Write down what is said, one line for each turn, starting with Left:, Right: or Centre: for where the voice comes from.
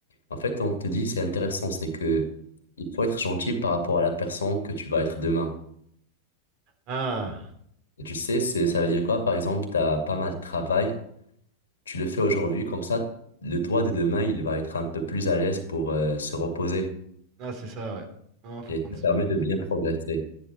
Left: En fait, on te dit, c'est intéressant, c'est que il faut être gentil par rapport à la personne que tu vas être demain.
Right: Ah,
Left: Et tu sais, c'est, ça veut dire quoi? Par exemple, t'as pas mal de travail. tu le fais aujourd'hui, comme ça, le toi de demain, il va être un peu plus à l'aise pour euh, se reposer
Right: ah c'est ça, ouais. Non, faut
Left: et
Right: prendre
Left: ça
Right: soin.
Left: permet
Right: Ah,
Left: de bien
Right: T'as
Left: progresser.
Right: raison.